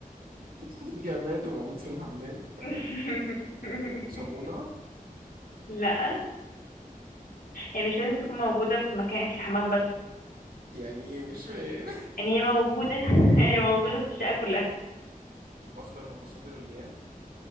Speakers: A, on the right; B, on the left.
A: <laughs> جماد موجود في الحمام تمام
B: <laughs>
A: صابونة
B: لا هي مش لازم تكون موجودة في مكان في الحمام بس
A: يعني ايه مش فاهم
B: يعني هي موجودة <laughs> هي موجودة في الشقة كلها
A: <laughs> مصدر من مصادر المياه